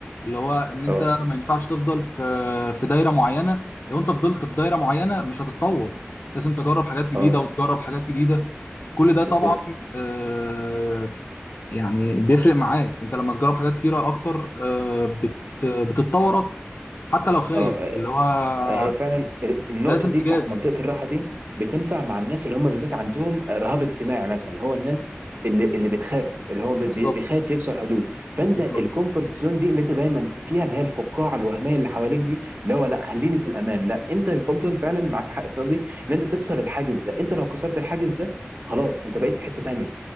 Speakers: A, on the left; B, on the right.
A: اللي هو ان انت
B: اه
A: ما ينفعش تفضل في في دايره معينه لو انت فضلت في دايره معينه مش هتتطور لازم تجرب حاجات جديده
B: اه
A: وتجرب حاجات جديده كل ده
B: بالظبط
A: طبعا آه، يعني بيفرق معاك انت لما تجرب حاجات كتيره اكتر آه، بت بتتطور اكتر حتى لو خايف
B: اه
A: اللي هو
B: هي فعلا النقطة
A: لازم
B: دي
A: تجازف
B: بتاعت منطقة الراحة دي بتنفع مع الناس اللي هم بالذات عندهم رهاب اجتماعي مثلا اللي هو الناس اللي اللي بتخاف اللي هو بي-
A: بالظبط
B: بيخاف يكسر حدود فانت
A: بالظبط
B: الكومفورت زون دي اللي انت دايما فيها اللي هي الفقاعة الوهمية اللي حواليك دي اللي هو لا خليني في الامان لا انت يفضل فعلا معاك حق في النقطة دي ان انت تكسر الحاجز ده انت لو كسرت الحاجز ده خلاص انت بقيت في حتة تانية